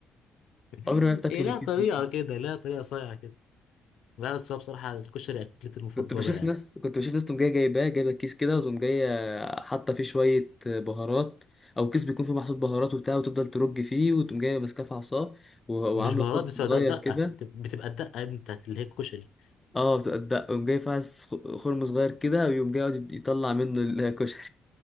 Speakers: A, on the left (about 75°); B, on the left (about 15°).
A: <laughs>
B: عمري ما عرفت اكله
A: هي لها
B: من الكيس
A: طريقه
B: دي
A: كده لها طريقه صايعه كده لا بس هو بصراحه الكشري اكلتي المفضله
B: كنت بشوف
A: يعني
B: ناس كنت بشوف ناس تقوم جايه جايباه جايبه كيس كده وتقوم جايه حاطه فيه شويه بهارات او كيس بيكون فيه محطوط بهارات وبتاع وتفضل ترج فيه وتقوم جايه ماسكاه في عصاه و- وعامله
A: مش بهارات
B: خرم
A: بتبقى
B: صغير
A: دق- دقة
B: كده
A: بتبقى الدقة يا ابني بتاعت اللي هي الكشري
B: اه بتبقى- يقوم جاي فاعس خ- خرم صغير كده ويقوم جاي يقعد يطلع منه الكشري